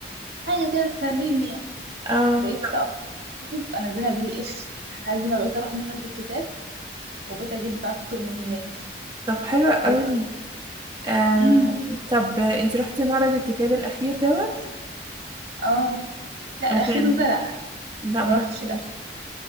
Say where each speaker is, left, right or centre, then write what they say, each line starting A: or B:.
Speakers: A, on the right (about 65°); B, on the right (about 25°).
A: حاجة كده تسليني يعني
B: اه
A: بقيت أقرأ كتب أنزلها بي دي إف لحد ما بقيت أروح معرض الكتاب وبقيت أجيب بقى كتب من هناك
B: طب حلو قوي
A: بقيت
B: آه
A: امم
B: طب انت رحتي معرض الكتاب الاخير دوت
A: اه لا
B: وكان
A: الأخير ده لا
B: لا
A: ما
B: ما رحتوش
A: رحتش الأخير